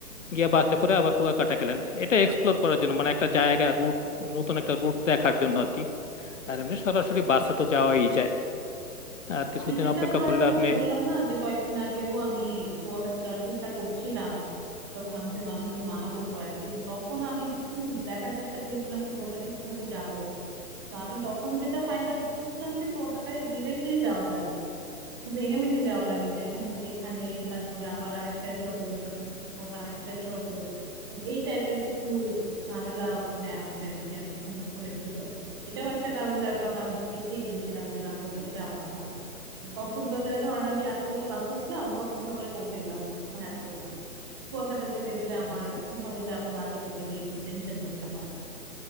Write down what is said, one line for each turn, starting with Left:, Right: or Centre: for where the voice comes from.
Left: গিয়ে বাসে করে আবার কুয়াকাটা গেলেন এটা এক্সপ্লোর করার জন্য মানে একটা জায়গা রুট নতুন একটা রুট দেখার জন্য আর কি আর এমনি সরাসরি বাসে তো যাওয়াই যায় আর কিছুদিন
Right: আমি যেটা
Left: অপেক্ষা
Right: ধরেন
Left: করলে
Right: ওই
Left: আপনি
Right: যে বললাম না যে কয়েকদিন আগেও আমি কুয়াকাটা যাওয়ার চিন্তা করছিলাম যখন আমাকে মানুষজন মানা করলো আর কি তো তখন আমি একটু দেখার চেষ্টা করেছিলাম যে কুয়াকাটা কিভাবে যাবো তা আমি তখন যেটা ফাইন্ড আউট করেছিলাম যে কুয়াকাটায় ডিরেক্টলি যাওয়া যায় না ভেঙে ভেঙে দেওয়া লাগে যে এখান থেকে এখানে তারপরে আবার আরেকটা চলো তারপরে এখান থেকে আবার আরেকটা চলো তো এই টাইপের কিছু ঝামেলা ওখানে আছে আর কি আমার সঙ্গে হয়েছিল এটাও একটা কারণ যার কারণে আমি একটু পিছিয়ে গিয়েছিলাম যে না তো ওটাতে যাবো না থাক কক্সবাজারে ধরেন আমি রাত্রেবেলা বাসে উঠলাম পরদিন সকালে পৌঁছে গেলাম আমার কোনো হ্যাসেল নাই কুয়াকাটা যেতে গেলে
Left: উম,
Right: আমার কিভাবে যাবো না যাবো এটা নিয়ে একটু টেনশন করতে হয়